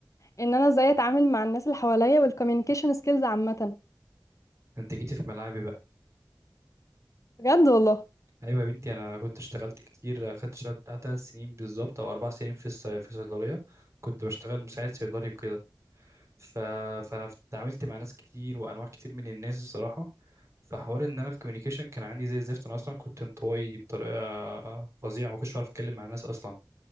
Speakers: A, on the left (about 45°); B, on the right (about 40°).
A: ان انا ازاي اتعامل مع الناس اللي حواليا والكوميونيكيشن سكيلز عامه
B: انت جيتي في ملعبي بقى
A: بجد والله
B: ايوه يا بنتي انا كنت اشتغلت كتير اخدت شغل بتاع تلات سنين بالظبط او اربع سنين في الص- في صيدليه كنت بشتغل مساعد صيدلي وكده ف... فانا اتعاملت مع ناس كتير وانواع كتير من الناس الصراحه فحوار ان انا الكوميونيكيشن كان عندي زي الزفت انا اصلا كنت انطوائي بطريقه فظيعه ما كنتش بعرف اتكلم مع الناس اصلا